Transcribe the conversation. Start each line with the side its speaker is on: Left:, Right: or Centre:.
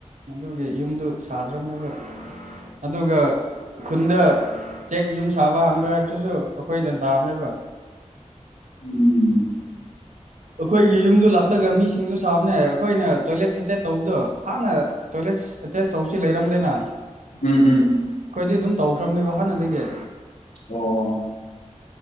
Right: ꯑꯗꯨꯒꯤ ꯌꯨꯝꯗꯨ ꯁꯥꯗ꯭ꯔꯕꯅꯦꯕ ꯑꯗꯨꯒ ꯈꯨꯟꯗ ꯆꯦꯛ ꯌꯨꯝ ꯁꯥꯕ ꯍꯥꯟꯕ ꯍꯥꯏꯕꯁꯤꯁꯨ ꯑꯩꯈꯣꯏꯗꯟ ꯇꯥꯕꯅꯦꯕ
Left: ꯎꯝ
Right: ꯑꯩꯈꯣꯏꯒꯤ ꯌꯨꯝꯗꯨ ꯂꯥꯛꯂꯒ ꯃꯤꯁꯤꯡꯗꯨ ꯁꯥꯕꯅ ꯑꯩꯈꯣꯏꯅ ꯇꯣꯏꯂꯦꯠ ꯁꯦꯇꯦꯠ ꯇꯧꯕꯗꯣ ꯍꯥꯟꯅ ꯇꯣꯏꯂꯦꯠ ꯑꯦꯇꯩꯁ ꯇꯧꯕꯁꯤ ꯂꯩꯔꯝꯗꯦꯅ
Left: ꯎꯝ ꯎꯝ
Right: ꯑꯩꯈꯣꯏꯗꯤ ꯑꯗꯨꯝ ꯇꯧꯈ꯭ꯔꯕꯅꯦꯕ ꯍꯥꯟꯅꯗꯒꯤ
Left: ꯑꯣ